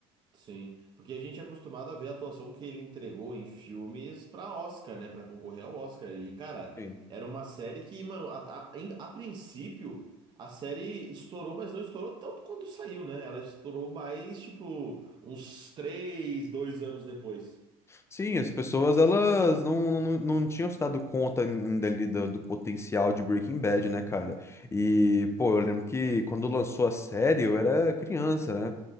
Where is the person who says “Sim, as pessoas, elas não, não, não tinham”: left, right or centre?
Left